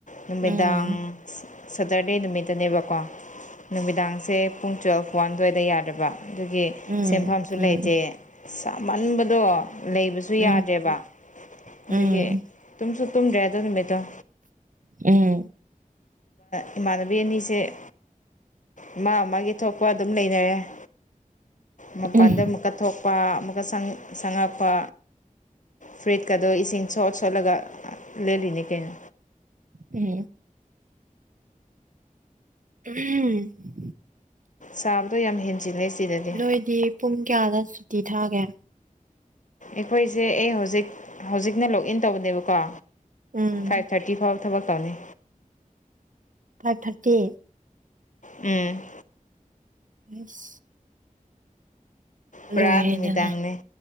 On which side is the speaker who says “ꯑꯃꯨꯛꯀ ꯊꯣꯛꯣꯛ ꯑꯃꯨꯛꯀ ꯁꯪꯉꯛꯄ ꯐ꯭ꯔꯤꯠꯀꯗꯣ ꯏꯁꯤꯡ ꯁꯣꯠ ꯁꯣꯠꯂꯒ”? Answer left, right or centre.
Left